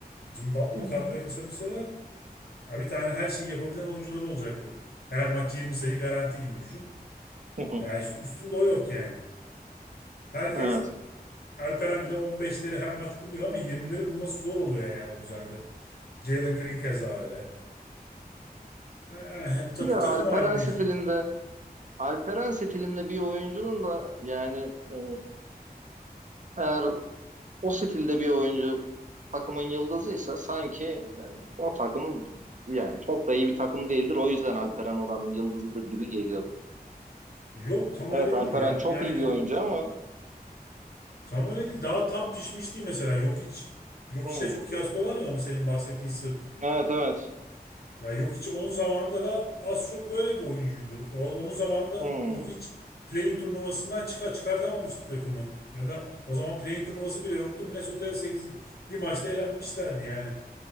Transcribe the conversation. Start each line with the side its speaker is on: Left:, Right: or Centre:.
Left: Jimmy Butler'ı
Right: Hı hı.
Left: kadroya kasabilseler ya bir tane her şeyi yapabilen oyuncuları olacaktı. Her maç 20 sayı garanti gibi düşün.
Right: <laughs>
Left: Yani üst- üstünde o yok yani. Herkes
Right: Evet.
Left: Alperen bile 15'leri her maç buluyor ama 20'leri bulması zor oluyor yani o düzende. Jalen Green keza öyle. Eh, eh, takı
Right: Ya
Left: takım
Right: Alperen
Left: halinde
Right: stilinde
Left: iş
Right: Alperen stilinde bir oyuncunun da yani e, eğer o stilde bir oyuncu takımın yıldızıysa sanki o takım yani çok da iyi bir takım değildir. O yüzden Alperen oranın yıldızıdır gibi geliyor.
Left: Yok tam
Right: Evet
Left: öyle
Right: Alperen
Left: değil ya.
Right: çok
Left: Yani
Right: iyi bir oyuncu ama
Left: tam öyle değil. Daha tam pişmiş değil mesela. Yok hiç yok
Right: hmm,
Left: işte çok kıyaslıyorlar ya onu senin bahsettiğin Sırp.
Right: evet evet
Left: Ya yok hiç onun zamanında da az çok böyle bir oyuncuydu. Ya o- onun zamanında
Right: hmm,
Left: yok hiç play-in turnuvasından çıkar çıkartamamıştı takımı. Ya da o zaman play-in turnuvası bile yoktu. Minnesota'ya 8 bir maçta elenmişlerdi yani.